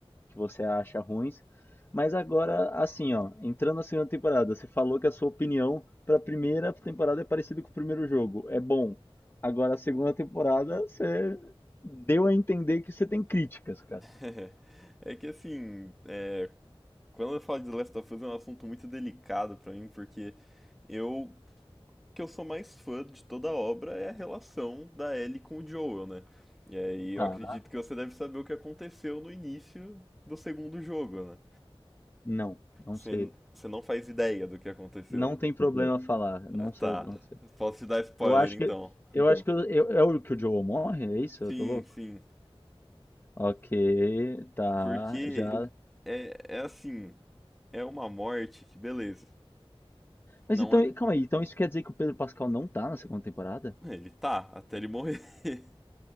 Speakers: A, on the left (about 20°); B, in the centre.
A: que você acha ruins. Mas agora, assim, ó, entrando na segunda temporada, você falou que a sua opinião para a primeira temporada é parecida com o primeiro jogo, é bom. Agora, a segunda temporada, você deu a entender que você tem críticas, cara.
B: É é que assim, é, quando eu falo de The Last of Us é um assunto muito delicado pra mim, porque eu que eu sou mais fã de toda a obra é a relação da Ellie com o Joel, né? E aí
A: Tá,
B: eu acredito que você deve saber o que aconteceu no início do segundo jogo, né?
A: não, não
B: Você,
A: sei.
B: você não faz ideia do que aconteceu.
A: Não tem problema falar, não
B: Ah, Tá,
A: sei o que aconteceu.
B: posso te dar spoiler
A: Eu acho
B: então.
A: que, eu acho que eu, eu- é o que o Joel morre, é isso? Eu
B: Sim,
A: tô louco?
B: sim,
A: Ok, tá,
B: porque
A: já.
B: é, é assim, é uma morte que beleza, não
A: Mas então,
B: é...
A: calma aí, então isso quer dizer que o Pedro Pascal não tá na segunda temporada?
B: Ele tá, até ele morrer. <laughs>